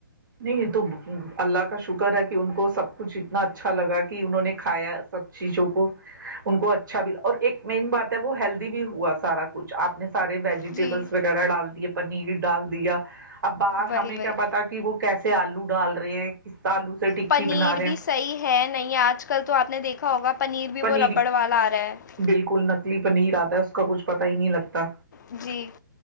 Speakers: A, on the right; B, on the left.
A: نہیں یہ تو اللہ کا شکر ہے کہ ان کو سب کچھ اتنا اچھا لگا کہ انہوں نے کھایا سب چیزوں کو ان کو اچھا بھی اور ایک مین بات ہے وہ ہیلدی بھی ہوا سارا کچھ آپ نے سے ویجیٹٹیبلس
B: جی
A: وغیرہ ڈال دی ہے پنیر ڈال دیا اب باہر
B: وہی
A: ہمیں
B: وہی
A: کیا پتا کہ وہ کیسے آلو ڈال رہے ہیں آلو سے ٹکی
B: پنیر
A: بنا رہے
B: بھی
A: ہیں
B: صحیح ہے نہیں آج کل تو آپ نے دیکھا ہوگا بھی
A: پنیر
B: وہ ربڑ والا آ رہا ہے
A: بالکل نکلی پنیر آتا ہے اس کا کچھ پتا ہی نہیں لگتا
B: جی